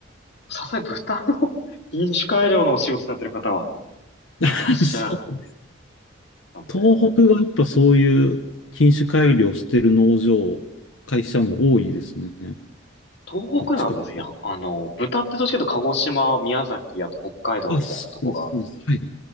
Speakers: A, on the left; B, on the left.
A: さすがに豚の <laughs> 品種改良のお仕事されてる方は
B: <laughs>
A: いらっしゃらなかっ
B: そう。
A: たので、
B: 東北がやっぱそういう品種改良してる農場、会社も多いですね。
A: 東北なんですね。
B: どっちかという
A: あの、豚ってどっちかというと鹿児島、宮崎、あと北海道みたいなとこが
B: と。あ、そうです、そうです。はい。